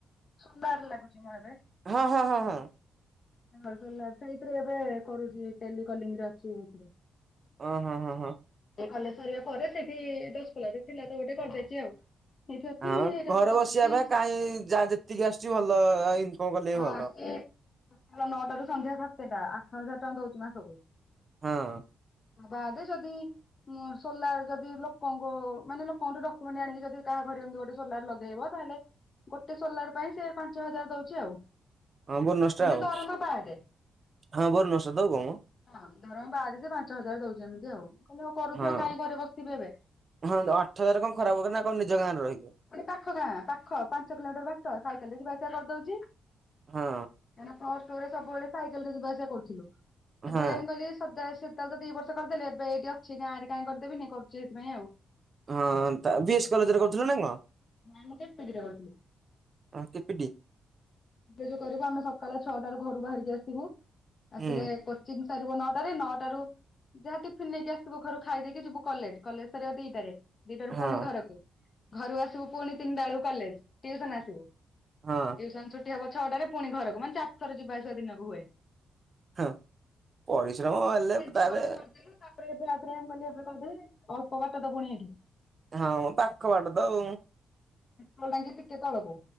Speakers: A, on the left; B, on the right.
A: ସୁନ୍ଦର ଲାଗୁଛି ମୁଁ ଏବେ।
B: ହଁ ହଁ ହଁ ହଁ।
A: ସେଇଥିରେ ଏବେ କରୁଛି ଏଇ ଟେଲି କଲିଙ୍ଗ ରେ ଅଛି ଏଇଥିରେ।
B: ଓ ହଁ ହଁ ହଁ।
A: କଲେଜ ସରିବା ପରେ ସେଇଠି ଦଶକୋଲାରେ ଥିଲା ତ ଗୋଟେ କରିଦେଇଛି ଆଉ। ସେଇଠି ଅଛି
B: ହଁ
A: ସେଇଟାକୁ
B: ଘରେ
A: ରଖିକି
B: ବସିବା ପାଇଁ କାହିଁ ଯାହା ଯେତିକି ଆସୁଛି ଭଲ। କଲେ ବି
A: ହଁ
B: ଭଲ।
A: ସକାଳ ନଅଟାରୁୁ ସନ୍ଧ୍ୟା ସାତଟା ଆଠ ହଜାର ଟଙ୍କା ଦଉଛି ମାସକୁୁ।
B: ହଁ।
A: ବାଦ ଯଦି ଉ ସୋଲାର ଯଦି ଲୋକଙ୍କ ମାନେ ଲୋକଙ୍କଠୁ ଡକ୍ୟମେଣ୍ଟ ଆଣିକି ଯଦି କାହା ଘରେ ଏମିତି ଗୋଟେ ସୋଲାର ଲଗେଇବ ତାହେଲେ ଗୋଟେ ସୋଲାର ପାଇଁ ସେ ପାଞ୍ଚ ହଜାର ଦଉଛି ଆଉ।
B: ହଁ ବୋନସ ଟା
A: ମାନେ
B: ଆଉ।
A: ଦରମା ବାଦେ।
B: ହଁ ବୋନସ ଟା ତ ଆଉ କଣ ମ।
A: ହଁ ଧର ବାହାରିଛି ପାଞ୍ଚ ହଜାର ଦଉଛି ଏମିତି ଆଉ କହିଲେ ମୁଁ କରୁଥିବା
B: ହଁ।
A: କାହିଁ ଘରେ ବସିଥିବି ଏବେ।
B: ହଁ ଆଠ ହଜାର କଣ ଖରାପ ହବ ନା କଣ ନିଜ ଗାଁରେ ରହି।
A: ପୁଣି ପାଖ ଗାଁ ପାଖ ପାଞ୍ଚ କିଲୋମିଟର ବାଟ ସାଇକେଲରେ ଯିବା ଆସିବା କରିଦଉଛି।
B: ହଁ।
A: କାହିଁକିନା ପ୍ଲସ ଟୁ ରେ ସବୁବେଳେ ସାଇଲରେ ଯିବା ଆସିବା କରୁଥିଲୁ।
B: ହଁ।
A: ଏବେ ମୁଁ କହିଲି। <unintelligible> ସେତେଲେ ତ ଦି ବର୍ଷ କରିଦେଲେ ଏବେ ଏଠି ଅଛି ନା ଆଁରେ କାହିଁ କରିଦେବନି କରୁଛି ସେଥିାଇଁ ଆଉ।
B: ହଁ ତା ବିଏସ୍ କଲେଜରେ କରୁଥିଲୁ ନା କଣ?
A: ନାଇଁ ମୁଁ <unintelligible> କରିଥିଲି।
B: କେପିଟି
A: ଯ କରିବୁ ଆମେ। ସକାଳେ ଛଅଟାରୁ ଘରୁ ବାହାରିକି ଆସିବୁ ଆସିଲେ
B: ହୁଁ
A: କୋଚିଂ ସାରିବ ନଅଟାରେ ନଅଟାରୁ। ଯାହା ଟିଫିନ ନେଇକି ଆସଥିବୁ ଘରୁ ଖାଇ ଦେଇେଇକି ଯିବୁ କଲେଜ। କଲେଜ ସରିବ ଦିଟା ରେ। ଦିଟାରୁ
B: ହଁ।
A: ପୁଣି ଘରକୁ ଘରୁ ଆସିବୁ ପୁଣି ତିନିଟା ବେଳକୁ କଲେଜ ଟିଉସନ ଆସିବୁ।
B: ହଁ
A: ଟ୍ୟୁସନ ଛୁଟି ହବ ଛଅଟାରେ ପୁଣି ଘରକୁ ମାନେ ଚାରି ଥର ଯିବା ଆସିବା ଦିନକୁ ହୁଏ।
B: ହଁ ପରିଶ୍ରମ ହେଲେ ତାହାଲେ।
A: ଦି ବର୍ଷ କରିଦେଲୁ ତାପରେ ଏବେ ରାତିରେ ଆମ କଲେ ଏବେ କଦେ ଅଳ୍ପ ବାଟ ତ ପୁଣି ଏଇଠୁ।
B: ହଁ ପାଖ ବାଟ ତ ଆଉ
A: ପେଟ୍ରୋଲ ଟାଙ୍କି ଟିକେ ତଳକୁ